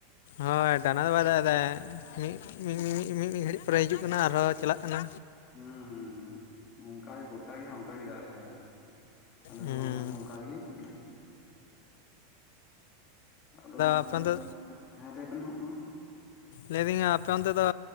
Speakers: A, on the left (about 70°); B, on the left (about 30°).
A: ᱦᱳᱭ ᱴᱟᱱᱟ ᱫᱚ ᱵᱟᱭ ᱫᱟᱜᱫᱟ ᱢᱤᱫ <unintelligible> ᱢᱤᱢᱤᱫ ᱜᱷᱟᱹᱲᱤᱡ ᱯᱚᱨᱮ ᱦᱤᱡᱩᱜ ᱠᱟᱱᱟ ᱟᱨᱦᱚᱸ ᱪᱟᱞᱟᱜ ᱠᱟᱱᱟ
B: ᱦᱩᱸ ᱦᱩᱸ ᱦᱩᱸ ᱚᱱᱠᱟ ᱜᱮ ᱜᱚᱴᱟ ᱜᱮᱦᱟᱸᱜ ᱚᱱᱠᱟ ᱜᱮ ᱫᱟᱜᱼᱮᱜ ᱟᱞᱮ ᱱᱚᱣᱟ
A: ᱦᱮᱸ
B: ᱠᱚᱨᱮ ᱦᱚᱸ ᱚᱱᱠᱟ ᱜᱮ ᱵᱚᱞᱮ ᱟᱫᱚ ᱦᱟᱸᱜ
A: ᱟᱯᱮ
B: ᱟᱵᱮᱱ
A: ᱚᱱᱛᱮ
B: ᱦᱮᱸ ᱞᱟᱹᱭ ᱵᱮᱱ ᱦᱚᱸᱜᱼᱚ
A: ᱞᱟᱹᱭ ᱵᱤᱧᱟ ᱟᱯᱮ ᱚᱱᱛᱮ ᱫᱚ